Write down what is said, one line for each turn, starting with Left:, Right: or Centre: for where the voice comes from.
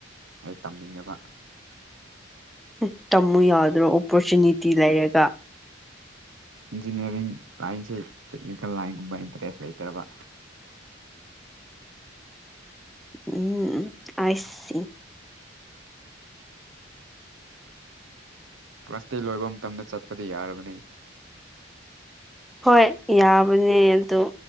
Right: ꯑꯩ ꯇꯝꯅꯤꯡꯗꯕ
Centre: ꯍꯨꯝ ꯇꯝꯃꯨ ꯌꯥꯎꯗ꯭ꯔꯣ ꯑꯣꯄꯣꯔꯆꯨꯅꯤꯇꯤ ꯂꯩꯔꯒ
Right: ꯏꯟꯖꯤꯅꯤꯌꯥꯔꯤꯡ ꯂꯥꯏꯟꯁꯤ ꯇꯦꯛꯅꯤꯀꯦꯜ ꯂꯥꯏꯟꯒꯨꯝꯕ ꯏꯟꯇꯔꯦꯁ ꯂꯩꯇ꯭ꯔꯕ
Centre: ꯎꯝ ꯎꯝ ꯑꯥꯏ ꯁꯤ
Right: ꯀ꯭ꯂꯥꯁ ꯇ‌ꯦꯟ ꯂꯣꯏꯕ ꯃꯇꯝꯗ ꯆꯠꯄꯗꯤ ꯌꯥꯔꯕꯅꯤ
Centre: ꯍꯣꯏ ꯌꯥꯕꯅꯦ ꯑꯗ‌ꯣ